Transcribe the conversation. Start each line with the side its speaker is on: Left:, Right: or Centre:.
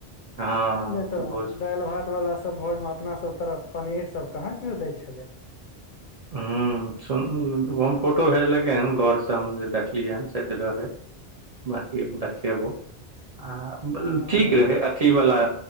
Right: हँ
Left: नहि तऽ
Right: भोज
Left: दालि भात वाला सब भोज भात अपनासभ तरफ पनीर सब कहाँ केओ दै छलै
Right: ह सुन फोटो भेजलकै हन घर सम जे देखलियै हन सायद रहय बाकी हम देखेबो आ
Left: ह
Right: ठीक रहै अथी वाला